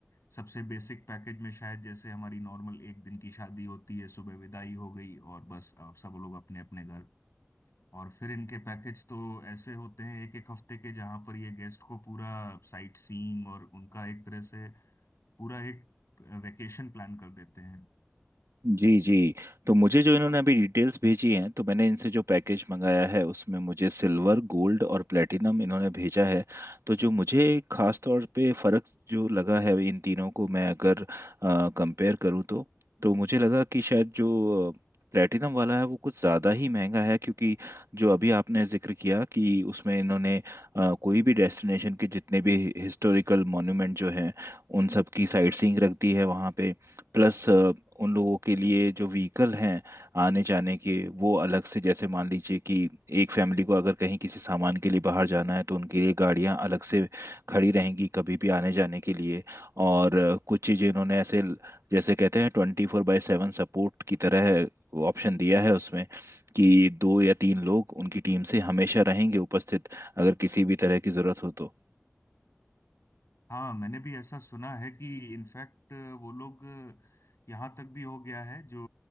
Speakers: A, on the left; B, on the right.
A: सबसे बेसिक पैकेज में शायद जैसे हमारी नॉर्मल एक दिन की शादी होती है सुबह विदाई हो गई और बस अब सब लोग अपने अपने घर और फिर इनके पैकेज तो ऐसे होते हैं एक एक हफ्ते के जहां पर ये गेस्ट को पूरा साइट सीइंग और उनका एक तरह से पूरा एक वेकेशन प्लान कर देते हैं
B: जी जी तो मुझे जो इन्होंने अभी डिटेल्स भेजी हैं तो मैंने इनसे जो पैकेज मंगाया है उसमें मुझे सिल्वर गोल्ड और प्लेटिनम इन्होंने भेजा है तो जो मुझे खास तौर पे फ़र्क जो लगा है इन तीनों को मैं अगर कंपेयर करूँ तो तो मुझे लगा कि शायद जो प्लेटिनम वाला है वो कुछ ज़्यादा ही महंगा है क्योंकि जो अभी आपने जिक्र किया कि उसमें इन्होंने अ, कोई भी डेस्टिनेशन के जितने भी हिस्टोरिकल मॉन्यूमेंट जो हैं उन सब की साइट सीइंग रख दी है वहाँ पे प्लस अ, उन लोगों के लिए जो व्हीकल हैं आने जाने के वो अलग से जैसे मान लीजिए कि एक फैमिली को अगर कहीं किसी सामान के लिए बाहर जाना है तो उनके लिए गाड़ियां अलग से खड़ी रहेंगी कभी भी आने जाने के लिए और अ, कुछ चीज़ें इन्होंने ऐसे ल- जैसे कहते हैं twenty four by seven support की तरह ऑप्शन दिया है उसमें कि दो या तीन लोग उनकी टीम से हमेशा रहेंगे उपस्थित अगर किसी भी तरह की ज़रूरत हो तो।
A: हाँ मैंने भी ऐसा सुना है कि इनफैक्ट वो लोग यहाँ तक भी हो गया है जो